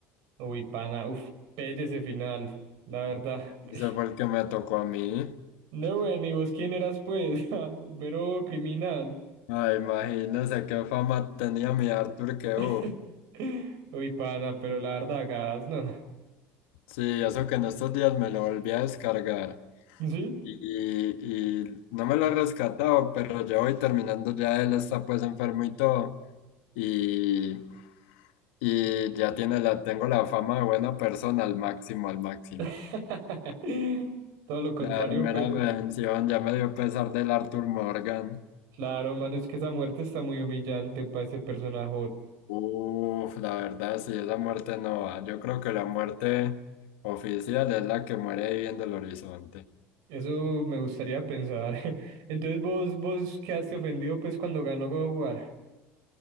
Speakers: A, on the right; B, on the left.
A: Uy, pana, uf, pelle ese final, la verdad. <laughs>
B: Ese fue el que me tocó a mí.
A: No, bueno, ¿y vos quién eras pues? <laughs> Ah, Vero criminal.
B: Ay, imagínese qué fama tenía mi Arthur que
A: <laughs>
B: hubo.
A: Uy, pana, pero la verdad, gas, no.
B: Sí, eso que en estos días me lo volví a descargar.
A: ¿Sí?
B: y, y no me lo he rescatado, pero ya voy terminando, ya él está pues enfermo y todo, y, y ya tiene la, tengo la fama de buena persona al máximo, al máximo.
A: <laughs> Todo lo contrario,
B: Claro, mera
A: pues.
B: redención, ya me dio pesar del Arthur Morgan.
A: Claro, mano, es que esa muerte está muy humillante para ese personaje,
B: Uf, la verdad, sí, esa muerte no va. Yo creo que la muerte oficial es la que muere ahí viendo el horizonte.
A: Eso me gustaría pensar. <laughs> Entonces vos, vos quedaste ofendido pues cuando ganó God of War.